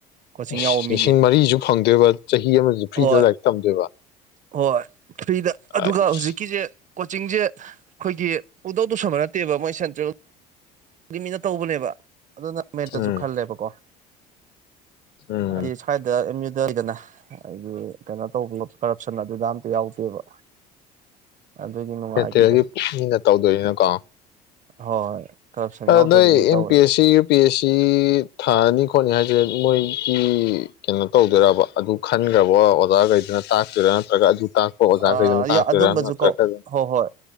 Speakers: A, on the right (about 35°); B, on the left (about 55°).
A: ꯀꯣꯆꯤꯡ
B: ꯑ
A: ꯌꯥꯎꯕ ꯃꯤꯒꯤ
B: ꯂꯤꯁꯤꯡ ꯃꯔꯤꯁꯨ ꯐꯪꯗꯣꯏꯕ ꯆꯍꯤ ꯑꯃꯁꯨ ꯐ꯭ꯔꯤꯗ
A: ꯍꯣꯏ
B: ꯂꯥꯏꯔꯤꯛ ꯇꯝꯗꯣꯏꯕ
A: ꯍꯣꯏ ꯐ꯭ꯔꯤꯗ ꯑꯗꯨꯒ
B: ꯑꯩꯁ
A: ꯍꯧꯖꯤꯛꯀꯤꯁꯦ ꯀꯣꯆꯤꯡꯁꯦ ꯑꯩꯈꯣꯏꯒꯤ ꯄꯨꯗꯧ ꯇꯧꯁꯕ ꯅꯠꯇꯦꯕ ꯃꯣꯏ ꯁꯦꯟꯇ꯭ꯔꯦꯜꯒꯤ ꯃꯤꯅ ꯇꯧꯕꯅꯦꯕ ꯑꯗꯨꯅ ꯃꯦꯠꯇꯁꯨ
B: ꯎꯝ
A: ꯈꯜꯂꯦꯕꯀꯣ
B: ꯎꯝ
A: ꯍꯥꯏꯗꯤ ꯁ꯭ꯋꯥꯏꯗ ꯑ ꯑꯗꯨꯩꯗꯅ ꯑꯩꯗꯤ ꯀꯩꯅꯣ ꯇꯧꯕ ꯀꯔꯞꯁꯟ ꯑꯗꯨꯗ ꯑꯝꯇ ꯌꯥꯎꯗꯦꯕ ꯑꯗꯨꯒꯤ ꯅꯨꯡꯉꯥꯏꯕꯤꯗꯣ
B: ꯁꯦꯟꯇꯦꯜꯒꯤ ꯄꯨꯛ ꯃꯤꯅ ꯇꯧꯗꯣꯏꯔꯤꯅꯀꯣ
A: ꯍꯣꯏ ꯀꯔꯞꯁꯟ ꯌꯥꯎꯗꯕꯤꯗꯩ
B: ꯑ ꯅꯣꯏ ꯑꯦꯝ
A: ꯇꯧꯋꯦ
B: ꯄꯤ ꯑꯦꯁ ꯁꯤ ꯌꯨ ꯄꯤ ꯑꯦꯁ ꯁꯤ ꯁꯤ ꯊꯥꯅꯤ ꯈꯣꯠꯅꯤ ꯍꯥꯏꯁꯦ ꯃꯣꯏꯒꯤ ꯀꯩꯅꯣ ꯇꯧꯗꯣꯏꯔꯕ ꯑꯗꯨ ꯈꯟꯈ꯭ꯔꯕꯣ ꯑꯣꯖꯥꯒꯅ ꯇꯥꯛꯇꯔꯥ ꯅꯠꯇ꯭ꯔꯒ ꯑꯗꯨ ꯇꯥꯛꯄ ꯑꯣꯖꯥꯈꯩꯗꯨꯅ
A: ꯑ
B: ꯇꯥꯛꯇꯣꯏꯔꯥ
A: ꯑꯗꯨꯝꯕꯁꯨ
B: ꯅꯠꯇ꯭ꯔꯒ
A: ꯀꯣ ꯍꯣꯏ ꯍꯣꯏ